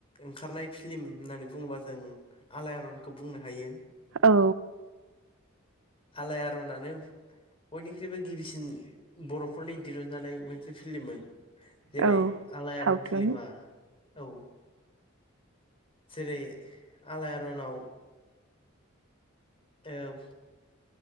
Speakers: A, on the left (about 30°); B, on the right (about 70°).
A: ओंखारनाय फिल्म होननानै बुङोबा जों आलायारन खौ बुंनो हायो।
B: औ
A: आलायआरनानो बयनिख्रुइबो गिबिसिन बर'फोरनि दिरुनजानाय मोनसे फिल्ममोन। जेरै
B: औ
A: आलायारन
B: सावथुन
A: फिलमा औ जेरै आलायारनाव औ